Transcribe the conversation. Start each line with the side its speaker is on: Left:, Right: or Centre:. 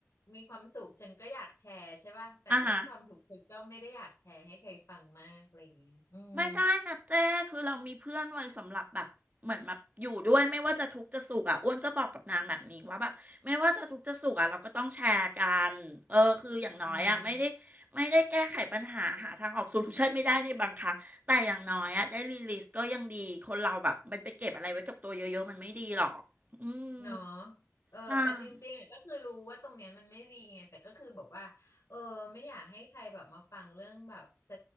Left: มีความสุขฉันก็อยากแชร์ใช่ป่ะแต่เรื่องความทุกข์ฉันก็ไม่ได้อยากแชร์ให้ใครฟังมากอะไรอย่างเงี้ยอืม
Right: อ่าฮะ ไม่ได้นะเจ้คือเรามีเพื่อนไว้สำหรับแบบเหมือนแบบอยู่ด้วยไม่ว่าจะทุกข์จะสุขอ่ะอ้วนก็บอกกับนางแบบนี้ว่าแบบไม่ว่าจะทุกข์จะสุขอ่ะเราก็ต้องแชร์กันเออคืออย่างน้อยอ่ะไม่ได้
Left: อืม
Right: ไม่ได้แก้ไขปัญหาหาทางออกโซลูชันไม่ได้ในบางครั้งแต่อย่างน้อยอ่ะได้รีลิสก็ยังดีคนเราแบบมันไปเก็บอะไรไว้กับตัวเยอะๆมันไม่ดีหรอกอืม
Left: เนาะเออแต่จริงๆอ่ะก็คือรู้ว่าตรงเนี้ยมันไม่ดีไงแต่ก็คือแบบว่าเออไม่อยากให้ใครแบบมาฟังเรื่องแบบแส
Right: ใช่